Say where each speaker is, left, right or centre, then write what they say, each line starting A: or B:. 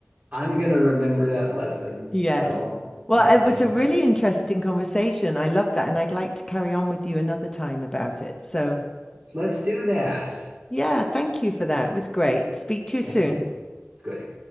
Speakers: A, on the right; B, on the left.
A: I'm gonna remember that lesson.
B: Yes.
A: So,
B: Well,
A: okay,
B: it was
A: well,
B: a really interesting conversation. I loved that, and I'd like to carry on with you another time about it. So,
A: let's do that.
B: yeah, thank you for that. It was great. Speak to you
A: Thank
B: soon.
A: you. Good.